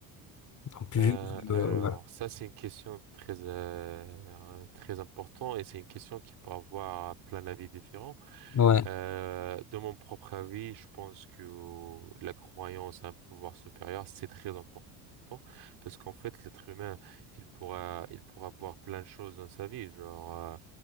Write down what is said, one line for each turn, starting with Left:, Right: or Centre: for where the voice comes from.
Left: Donc, vu
Right: Euh,
Left: que,
Right: alors,
Left: euh,
Right: ça, c'est une question très, euh, très importante et c'est une question qui peut avoir plein d'avis différents.
Left: ouais, ouais,
Right: Euh, de mon propre avis, je pense que la croyance à un pouvoir supérieur, c'est très important parce qu'en fait, l'être humain, il pourra, il pourra voir plein de choses dans sa vie. Genre, euh,